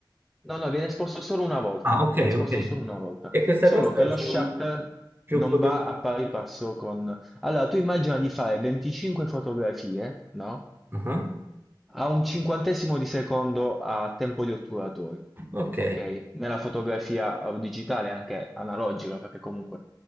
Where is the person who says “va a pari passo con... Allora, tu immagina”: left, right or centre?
Centre